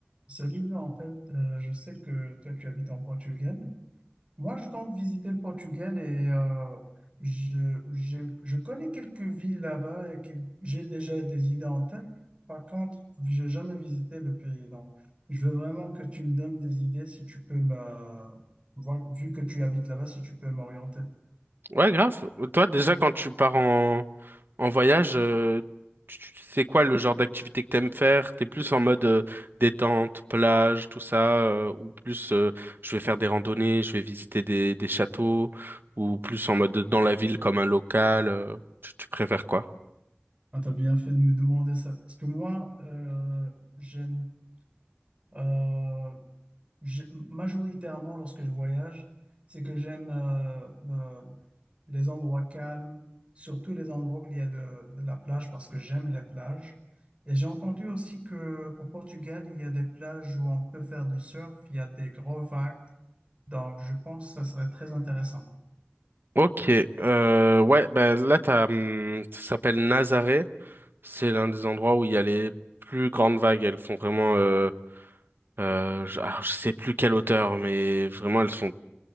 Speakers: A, on the right (about 30°); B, on the right (about 60°).
A: Salut, en fait, euh, je sais que toi tu habites en Portugal. Moi, je compte visiter le Portugal et euh, je, je, je connais quelques villes là-bas et que j'ai déjà des idées en tête. Par contre, j'ai jamais visité le pays. Donc, je veux vraiment que tu me donnes des idées si tu peux me, voir- vu que tu habites là-bas, si tu peux m'orienter.
B: Ouais, grave. Toi, déjà, quand tu pars en, en voyage, euh, tu- tu- c'est quoi le genre d'activité que t'aimes faire? T'es plus en mode euh, détente, plage, tout ça, euh, ou plus euh, je vais faire des randonnées, je vais visiter des, des châteaux, ou plus en mode dans la ville comme un local, euh, tu, tu préfères quoi?
A: Ah, t'as bien fait de me demander ça, parce que moi, euh, j'aime euh, j'ai- majoritairement lorsque je voyage, c'est que j'aime euh, euh, les endroits calmes, surtout les endroits où il y a de, de la plage, parce que j'aime les plages. Et j'ai entendu aussi que au Portugal, il y a des plages où on peut faire du surf, il y a des gros vagues, donc, je pense que ça serait très intéressant.
B: Ok, euh, ouais, ben là, t'as, hum, ça s'appelle Nazaré. C'est l'un des endroits où il y a les plus grandes vagues. Elles font vraiment, euh, euh, je, ah, je sais plus quelle hauteur, mais vraiment, elles sont